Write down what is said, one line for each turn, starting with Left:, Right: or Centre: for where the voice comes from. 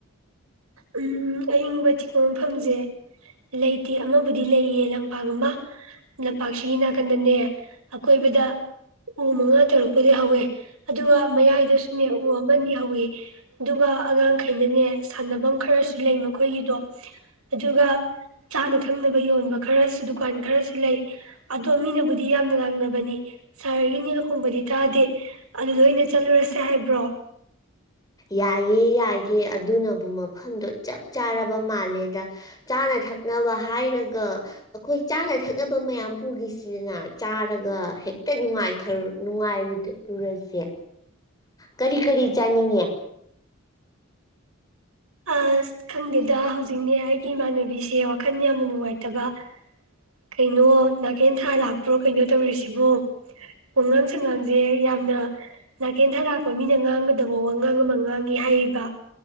Right: ꯎꯝ ꯑꯏꯤꯡꯕ ꯆꯤꯛꯄ ꯃꯐꯝꯁꯦ ꯂꯩꯇꯦ ꯑꯃꯕꯨꯗꯤ ꯂꯩꯌꯦ ꯂꯝꯄꯥꯛ ꯑꯃ ꯂꯝꯄꯥꯛꯁꯤꯒꯤ ꯅꯥꯀꯟꯗꯅꯦ ꯑꯀꯣꯏꯕꯗ ꯎ ꯃꯉꯥ ꯇꯔꯨꯛꯄꯗꯤ ꯍꯧꯋꯦ ꯑꯗꯨꯒ ꯃꯌꯥꯏꯗꯁꯨꯅꯦ ꯎ ꯑꯃꯅꯤ ꯍꯧꯋꯦ ꯑꯗꯨꯒ ꯑꯉꯥꯡꯈꯩꯅꯅꯦ ꯁꯥꯟꯅꯕꯝ ꯈꯔꯁꯨ ꯂꯩ ꯃꯈꯣꯏꯒꯤꯗꯣ ꯑꯗꯨꯒ ꯆꯥꯅ ꯊꯛꯅꯕ ꯌꯣꯟꯕ ꯈꯔꯁꯨ ꯗꯨꯀꯥꯟ ꯈꯔꯁꯨ ꯂꯩ ꯑꯗꯣ ꯃꯤꯅꯕꯨꯗꯤ ꯌꯥꯝꯅ ꯂꯥꯡꯅꯕꯅꯤ ꯁꯍꯔꯒꯤ ꯅꯤꯜ ꯈꯣꯡꯕꯗꯤ ꯇꯥꯗꯦ ꯑꯗꯨꯗ ꯑꯣꯏꯅ ꯆꯠꯂꯨꯔꯁꯦ ꯍꯥꯏꯕ꯭ꯔꯣ
Left: ꯌꯥꯏꯌꯦ ꯌꯥꯏꯌꯦ ꯑꯗꯨꯅꯕꯨ ꯃꯐꯝꯗꯣ ꯆꯞ ꯆꯥꯔꯕ ꯃꯥꯜꯂꯦꯗ ꯆꯥꯅ ꯊꯛꯅꯕ ꯍꯥꯏꯔꯒ ꯑꯈꯣꯏ ꯆꯥꯅ ꯊꯛꯅꯕ ꯃꯌꯥꯝ ꯄꯨꯈꯤꯁꯤꯅ ꯆꯥꯔꯒ ꯍꯦꯛꯇꯅꯨꯡꯉꯥꯏꯊꯔ ꯅꯨꯡꯉꯥꯏꯔꯨꯔꯁꯦ ꯀꯔꯤ ꯀꯔꯤ ꯆꯅꯤꯡꯉꯦ
Right: ꯑꯁ ꯈꯪꯗꯦꯗ ꯍꯧꯖꯤꯛꯅꯦ ꯑꯩꯒꯤ ꯏꯃꯥꯟꯅꯕꯤꯁꯦ ꯋꯥꯈꯜ ꯌꯥꯝꯅ ꯅꯨꯡꯉꯥꯏꯇꯕ ꯀꯩꯅꯣ ꯅꯥꯀꯦꯟ ꯊꯥ ꯂꯥꯛꯄ꯭ꯔꯣ ꯀꯩꯅꯣ ꯇꯧꯔꯤꯁꯤꯕꯣ ꯋꯥꯉꯥꯡ ꯁꯉꯥꯡꯁꯦ ꯌꯥꯝꯅ ꯅꯥꯀꯦꯟꯊꯥ ꯂꯥꯛꯄ ꯃꯤꯅ ꯉꯥꯡꯒꯗꯕ ꯋꯥꯉꯥꯡ ꯑꯃ ꯉꯥꯡ ꯅꯤ ꯍꯥꯏꯕ